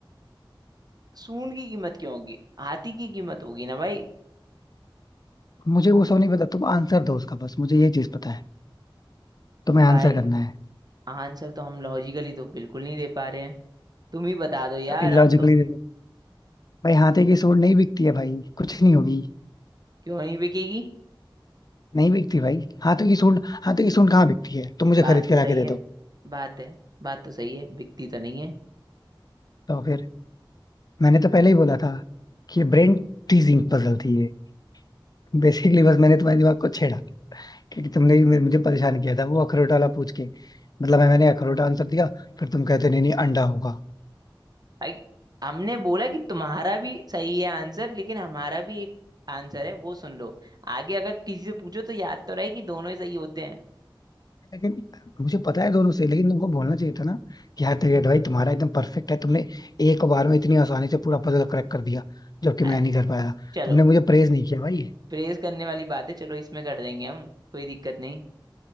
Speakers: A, on the right; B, on the left.
A: सूंड की कीमत क्यों होगी हाथी की कीमत होगी ना भाई
B: मुझे वो सब नहीं पता तुम आंसर दो उसका बस मुझे ये चीज पता है तुम्हें
A: भाई
B: आंसर करना है
A: आंसर तो हम लॉजिकली तो बिल्कुल नहीं दे पा रहे हैं तुम ही बता दो यार
B: तो इलॉजिकली
A: हम तो
B: भाई हाथे की सूंड नहीं बिकती है भाई कुछ नहीं होगी
A: क्यों नहीं बिकेगी
B: नहीं बिकती भाई हाथों की सूंड हाथों की सूंड कहाँ बिकती है तुम मुझे
A: बात
B: खरीद
A: तो
B: के
A: सही
B: लाके दे
A: है
B: दो
A: बात है बात तो सही है बिकती तो नहीं है
B: तो फिर मैंने तो पहले ही बोला था कि ब्रेन टीजिंग पजल थी ये <laughs> बेसिकली बस मैंने तुम्हारे दिमाग को छेड़ा क्योंकि तुमने ही मेरे- मुझे परेशान किया था वो अखरोट वाला पूछ के मतलब मैं मैंने अखरोट आंसर दिया फिर तुम कहते नहीं नहीं अंडा होगा
A: भाई हमने बोला कि तुम्हारा भी सही है आंसर लेकिन हमारा भी एक आंसर है वो सुन लो आगे अगर किसी से पूछो तो याद तो रहे कि दोनों ही सही होते हैं
B: लेकिन मुझे पता है दोनों से लेकिन तुमको बोलना चाहिए था ना कि यार तेरी भाई तुम्हारा एकदम परफेक्ट है तुमने एक बार में इतनी आसानी से पूरा पजल क्रैक कर दिया जबकि
A: अ,
B: मैं नहीं कर पाया
A: चलो
B: तुमने मुझे प्रेज नहीं किया भाई
A: प्रेज करने वाली बात है चलो इसमें कर देंगे हम कोई दिक्कत नहीं